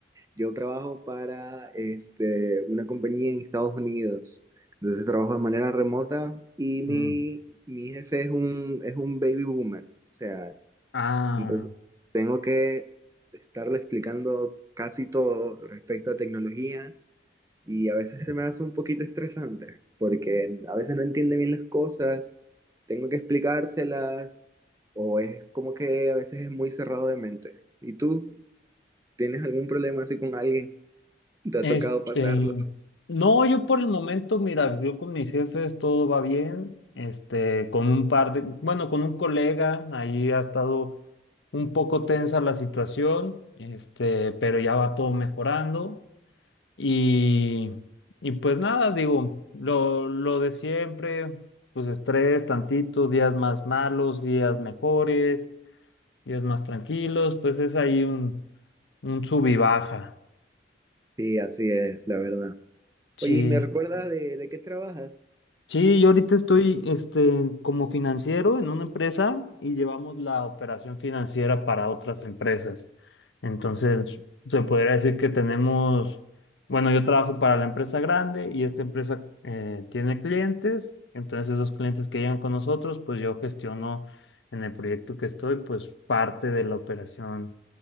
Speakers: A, on the right; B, on the left.
A: Yo trabajo para este, una compañía en Estados Unidos. Entonces trabajo de manera remota y mi,
B: Mm.
A: mi jefe es un, es un baby boomer. O sea,
B: Ah.
A: entonces tengo que estarle explicando casi todo respecto a tecnología y a veces se me hace un poquito estresante porque a veces no entiende bien las cosas, tengo que explicárselas o es como que a veces es muy cerrado de mente. ¿Y tú tienes algún problema así con alguien? ¿Te ha
B: Este,
A: tocado pasarlo?
B: no, yo por el momento, mira, yo con mis jefes todo va bien. Este, con un par de, bueno, con un colega, ahí ha estado un poco tensa la situación, este, pero ya va todo mejorando. Y, y pues nada, digo, lo, lo de siempre, pues estrés, tantito, días más malos, días mejores, días más tranquilos, pues es ahí un, un sub y baja.
A: Sí, así es, la verdad.
B: Sí.
A: Oye, ¿y me recuerdas de, de qué trabajas?
B: Sí, yo ahorita estoy este, como financiero en una empresa y llevamos la operación financiera para otras empresas. Entonces, se podría decir que tenemos, bueno, yo trabajo para la empresa grande y esta empresa eh, tiene clientes. Entonces, esos clientes que llegan con nosotros, pues yo gestiono en el proyecto que estoy, pues parte de la operación